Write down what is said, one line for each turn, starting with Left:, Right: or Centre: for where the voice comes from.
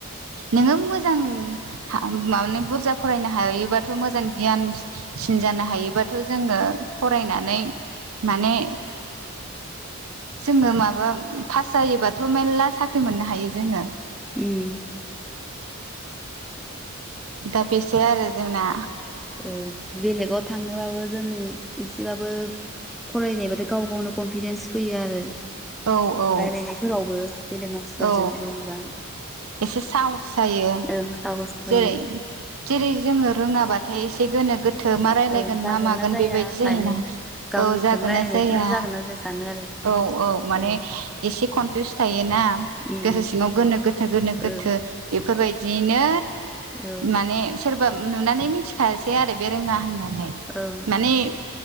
Right: नोङो मोजां हा बुरजा फरायनो हायोबाथ' मोजां गियान सिन जानो हायोबाथ' जोङो फरायनानै माने जोङो माबा पास जायोबाथ' मेर्ला साख्रि मोननो हायो जोङो।
Centre: उम
Right: दा बेसो आरो जोंना
Centre: औ बेलेगाव थांनोबाबो जों इसेबाबो फरायनायबाथाय गाव गावनो कनफिदेन्स फैयो आरो।
Right: औ औ
Centre: रायलायनायफोरावबो गेदेर मानसिफोरजों
Right: औ
Centre: जेनेबा
Right: एसे साहस जायो
Centre: ओं साहस फैयो
Right: जेरै-जेरै जोङो रोङाबाथाय एसे गोनो-गोथो मा रायलायगोन
Centre: ओं जागोन
Right: मा मागोन
Centre: ना जाया
Right: बेबायदि
Centre: सानो
Right: जायोना
Centre: गावनिखौनो
Right: औ जागोना
Centre: रायलायनायखौनो
Right: जाया
Centre: जागोन ना जाया सानो आरो
Right: औ-औ माने
Centre: औ
Right: एसे कनफिउस थायोना
Centre: उम
Right: गोसो सिङाव गोनो गोथो गोनो गोथो
Centre: ओं
Right: बेफोरबायदियैनो
Centre: औ
Right: माने सोरबा नुनानै मिथिखासै आरो बे रोङा होननानै
Centre: ओं
Right: माने